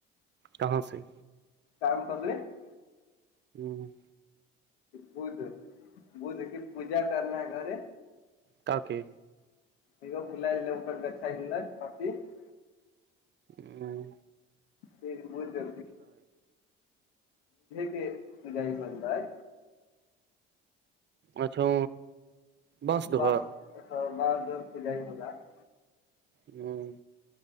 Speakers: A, on the right; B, on the left.
A: کہاں سے
B: کام کرل <unintelligible>
A: ھمم
B: بدھ بدھ کی پوجا کرنا ہے گھر
A: تاکہ
B: ا بل جےر گچھا مات <unintelligible>
A: ھممم
B: پھر ب بھے کہ مھ ہی مل رہ ہے
A: اچھا بس دہر
B: ب بار در پ جائی مھا <unintelligible>
A: ھمم